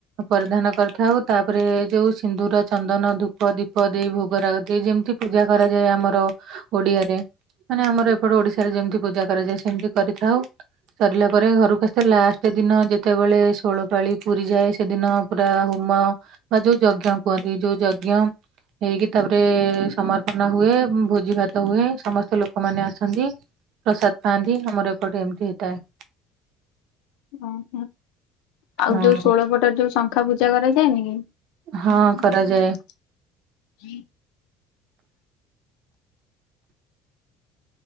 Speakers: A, on the right; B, on the left.
A: ପରିଧାନ କରିଥାଉ, ତାପରେ ଯୋଉ ସିନ୍ଦୂର ଚନ୍ଦନ, ଧୂ ପ ଦୀପ ଦେଇ ଭୋଗରାଗ ଦେଇ ଯେମିତି ପୂଜା କରାଯାଏ ଆମର ଓଡିଆରେ। ମାନେ ଆମର ଏପଟେ ଓଡିଶାରେ ଯେମିତି ପୂଜା କରାଯାଏ ସେମିତି କରିଥାଉ। ସରିଲା ପରେ ଘରକୁ ଆସିଥାଉ, ଲାଷ୍ଟ୍ ଦିନ ଯେତେବେଳେ ଷୋଳପାଳି ପୁରି ଯାଏ ସେଦିନ ପୁରା ହୁମ ବା ଯୋଉ ଯଜ୍ଞ କୁହନ୍ତି ଯୋଉ ଯଜ୍ଞ ହେଇକି ତାପରେ ସମର୍ପନା ହୁଏ, ଭୋଜିଭାତ ହୁଏ ସମସ୍ତେ ଲୋକମାନେ ଆସନ୍ତି। ପ୍ରସାଦ ପାଆନ୍ତି, ଆମର ଏପଟେ ଏମିତି ହେଇଥାଏ।
B: ଓହୋ! ଆଉ
A: ହଁ
B: ଯୋଉ ଷୋହଳ ପଟ ଯୋଉ ଶଙ୍ଖା ପୂଜା କରାଯାଏ।
A: ହଁ
B: <unintelligible>
A: କରାଯାଏ।